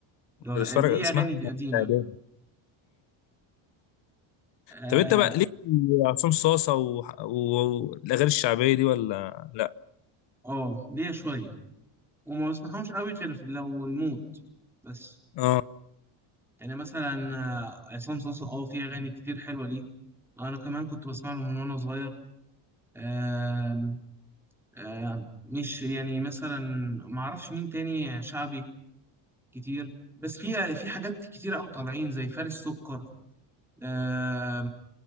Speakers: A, on the left (about 55°); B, in the centre.
A: فكرة.
B: لغ-
A: بتفرج
B: ليه
A: اسمعها
B: اغاني
A: من- وأنا
B: قديمه
A: في إعدادي.
B: اه
A: طب انت بقى ليك في عصام صاصه و- و- والاغاني الشعبيه دي ولا لا
B: آه، ليه شويه وما بسمعهمش قوي غير في- لو المود بس
A: اه
B: يعني مثلا آه، عصام صاصا اه في اغاني كتير حلوه ليه انا كمان كنت بسمع له من وانا صغير آه، آه، مش يعني مثلا ما اعرفش مين تاني شعبي كتير بس في في حاجات كتير قوي طالعين زي فارس سكر آه،